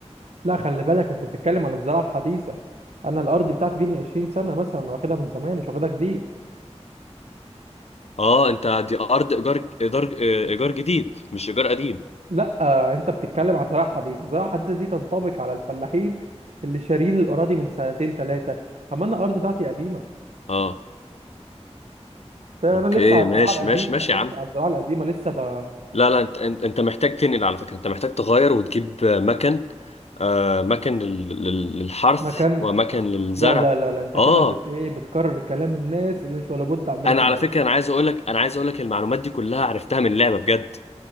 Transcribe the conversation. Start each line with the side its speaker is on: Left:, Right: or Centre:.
Right: لا خلي بالك انت بتتكلم عن الزراعة الحديثة انا الارض بتاعتي دي من 20 سنة مثلا أنا واخدها من زمان مش واخدها جديد
Left: اه انت دي ارض ايجار ايجار ايجار جديد مش ايجار قديم
Right: لا آه، انت بتتكلم عن زراعة حديثة الزراعة الحديثة دي تنطبق على الفلاحين اللي شارين الاراضي من سنتين ثلاثة اما انا الارض بتاعتي قديمة
Left: اه
Right: فاهم
Left: اوكي
Right: انا لسه على
Left: ماشي
Right: الزراعه القديمه
Left: ماشي ماشي
Right: انا
Left: يا
Right: لسه
Left: عم
Right: على الزراعه القديمه لسه ب...
Left: لا لا انت انت انت محتاج تنقل على فكرة انت محتاج تغير وتجيب مكن آه مكن لل- لل- للحرث
Right: مكان
Left: ومكن للزرع
Right: لا لا لا لا انت
Left: اه
Right: كده بت ايه بتكرر كلام الناس اللي مش ولا بد عندنا
Left: انا
Right: في
Left: على
Right: البلد
Left: فكرة انا عايز اقولك انا عايز اقولك المعلومات دي كلها عرفتها من لعبة بجد